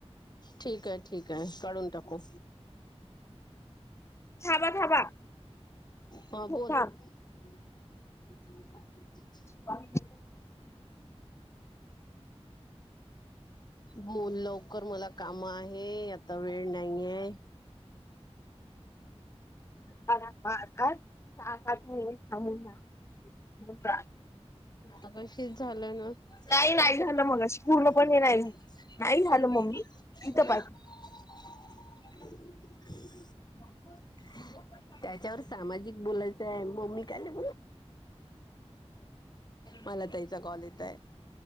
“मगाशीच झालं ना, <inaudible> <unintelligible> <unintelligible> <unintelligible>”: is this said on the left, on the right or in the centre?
Left